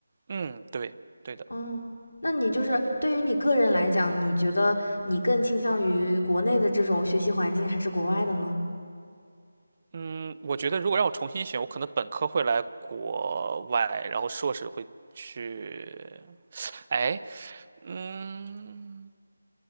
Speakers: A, on the right (about 40°); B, on the left (about 85°).
A: 嗯，对，对的。
B: 嗯，那你就是对于你个人来讲，你觉得你更倾向于国内的这种学习环境还是国外的呢？
A: 嗯，我觉得如果让我重新选，我可能本科会来国外，然后硕士会去，哎，嗯，